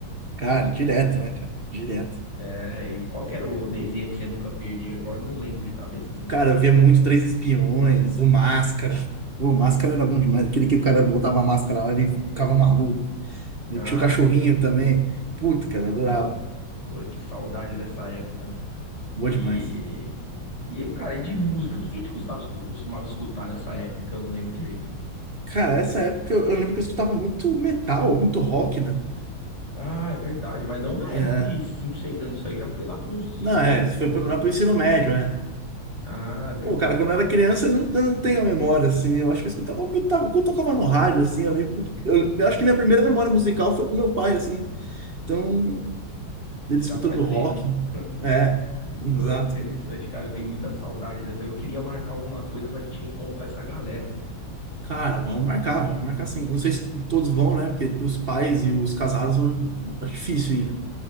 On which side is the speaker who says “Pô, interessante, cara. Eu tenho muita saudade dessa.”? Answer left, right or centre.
Left